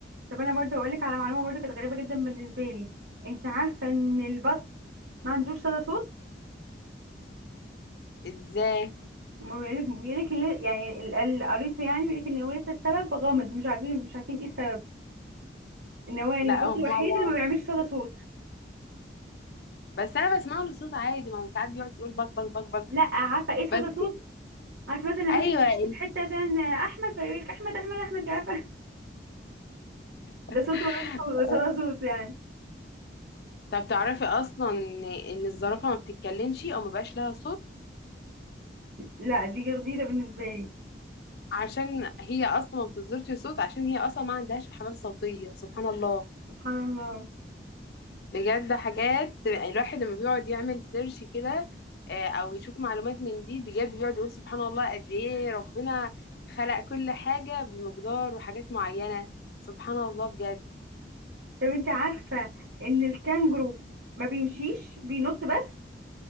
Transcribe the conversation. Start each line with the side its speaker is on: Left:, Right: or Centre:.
Right: طب انا برضه اقولك على معلومة برضه كانت غريبة جدا بالنسبة لي انت عارفة ان البط ما عندوش صدى صوت
Left: إزاي؟
Right: ما بيقولك بيقولك ال- يعني ال- اللي قريته يعني بيقولك ان هو لسه السبب غامض مش عارفين مش عارفين ايه السبب ان هو يعني
Left: لا
Right: البط
Left: أول
Right: الوحيد
Left: مرة
Right: اللي
Left: أعرف.
Right: ما بيعملش صدى صوت
Left: بس أنا بسمعه للصوت عادي ما هو ساعات بيقعد يقول بك بك بك بك
Right: لا عارفه ايه صدى
Left: بس
Right: صوت عارفه مثلا لما
Left: أيوه
Right: انت بتتكلمي
Left: ال-
Right: في حته مثلا احمد فيقول لك احمد احمد احمد عارفه <laughs>
Left: <laughs>
Right: ده صوت ملوش صو- صدى صوت يعني
Left: طب تعرفي أصلا إن الزرافة ما بتتكلمش أو ما بقاش لها صوت
Right: لا دي جديده بالنسبه لي
Left: عشان هي اصلا ما بتصدرش صوت عشان هي اصلا ما عندهاش احبال صوتيه سبحان الله
Right: سبحان الله
Left: بجد حاجات الواحد لما بيقعد يعمل سيرش كده آه، او يشوف معلومات من دي بجد بيقعد يقول سبحان الله قد ايه ربنا خلق كل حاجه بمقدار وحاجات معينه سبحان الله بجد
Right: طب انت عارفه ان الكانجرو ما بيمشيش بينط بس